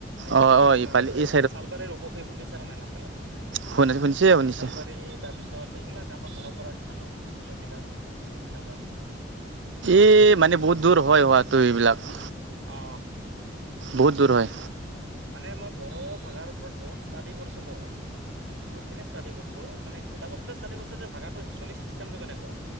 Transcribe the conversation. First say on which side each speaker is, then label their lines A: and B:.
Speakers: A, on the right; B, on the right.
A: এইটো
B: অ অ
A: তোমাৰ
B: ইফালে এই
A: চালবাৰীৰ অৱশেষ সুধিছা নে নাই নাম বিলাক
B: হয় ন শুনি
A: কুচি
B: শুনিছে
A: চালবাৰী তাৰপিছত এইবিলাক আমাৰ ঘৰৰ পৰা কিমান আৰু বিশ কিলোমিটাৰ এনেকুৱা।
B: এই মানে বহুত দূৰ হয় হোৱাটো এইবিলাক-
A: অ
B: বহুত দূৰ হয়
A: মানে মই বড়ো, ভাষাৰ ওপৰত বহুত ষ্টাডি কৰিছোতো ব ষ্ট কৰিছো মানে এটা বস্তুৱে কৰিো যে ভাষাটো চিষ্টটো কেনেকুৱা